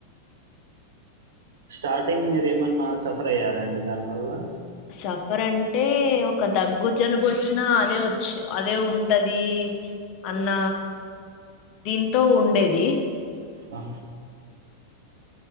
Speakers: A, on the right (about 65°); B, on the left (about 40°).
A: స్టార్టింగ్ మీరు ఏమన్నా సఫర్ అయ్యారా అండి దాని వల్ల
B: సఫర్ అంటే ఒక దగ్గు జలుబు వచ్చినా అదే వచ్ అదే ఉంటది అన్న దీంతో ఉండేది
A: హా